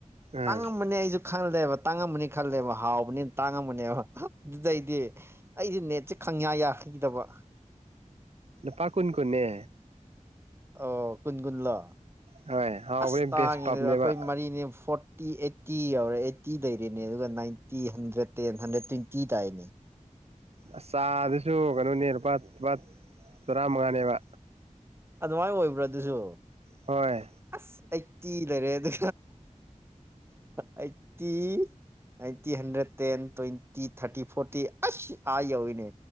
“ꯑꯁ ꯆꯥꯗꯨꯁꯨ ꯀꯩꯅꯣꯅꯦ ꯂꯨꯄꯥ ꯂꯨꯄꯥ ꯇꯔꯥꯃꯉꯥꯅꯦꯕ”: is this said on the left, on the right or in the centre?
Right